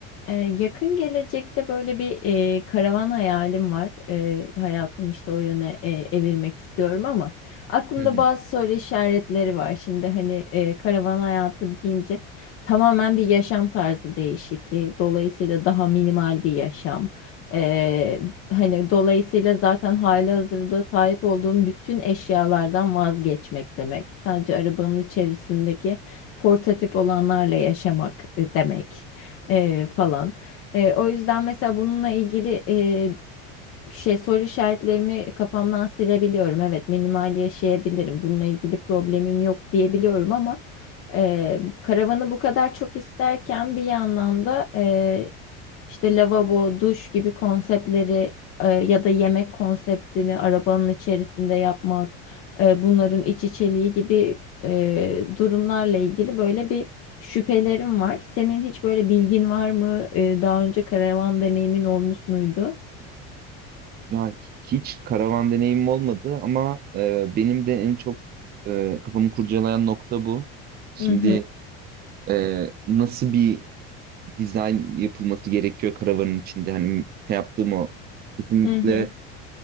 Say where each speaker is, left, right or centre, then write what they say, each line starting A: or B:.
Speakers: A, on the left; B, on the right.
A: Ee, yakın gelecekte böyle bir e, karavan hayalim var. Ee, hayatım işte o yöne e, evirmek istiyorum ama aklımda
B: Hı hı.
A: bazı soru işaretleri var. Şimdi hani e, karavan hayatı deyince tamamen bir yaşam tarzı değişikliği. Dolayısıyla daha minimal bir yaşam. Ee, hani dolayısıyla zaten halihazırda sahip olduğum bütün eşyalardan vazgeçmek demek. Sadece arabanın içerisindeki portatif olanlarla yaşamak e, demek eee, falan. Eee, o yüzden mesela bununla ilgili e, şey soru işaretlerimi kafamdan silebiliyorum. Evet, minimal yaşayabilirim. Bununla ilgili problemim yok diyebiliyorum ama e, karavanı bu kadar çok isterken bir yandan da e, işte lavabo, duş gibi konseptleri e, ya da yemek konseptini arabanın içerisinde yapmak, e, bunların iç içeliği gibi e, durumlarla ilgili böyle bir şüphelerim var. Senin hiç böyle bilgin var mı? E, daha önce karavan deneyimin olmuş muydu?
B: Ya hiç karavan deneyimim olmadı ama e, benim de en çok e, kafamı kurcalayan nokta bu. Şimdi
A: Hı hı.
B: e, nasıl bir dizayn yapılması gerekiyor karavanın içinde? Hani şey yaptığım o kesinlikle
A: Hı hı.